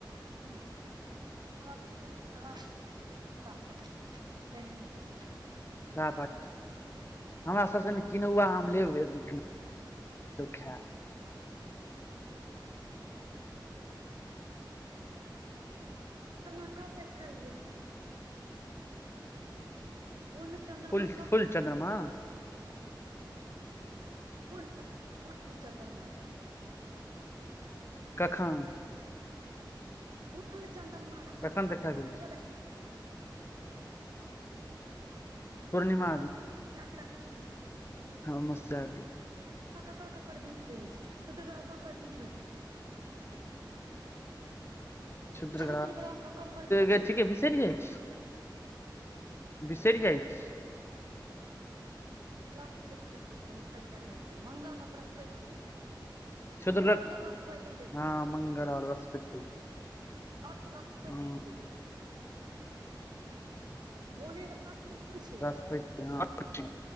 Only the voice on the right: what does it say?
ह्म त पूछै छिय जवाब द फटाफट तऽ टाइम नहि अछि
ह कब देखायल छै पूर्ण चंन्द्रमा
कब
देखायल
पू पू चन्दन मारे
पूर्ण चन्दन म च
गेल <unintelligible>
केकर केकर बीच रहय छै ककर बीच
क्षुद्र ग्रह ककर ककर बीच
छै
ाद रख मंगल आर बृहस्पति के
मंगल बृहस्पति देलियै
आ वृहस्पति
बने कोन कोन छै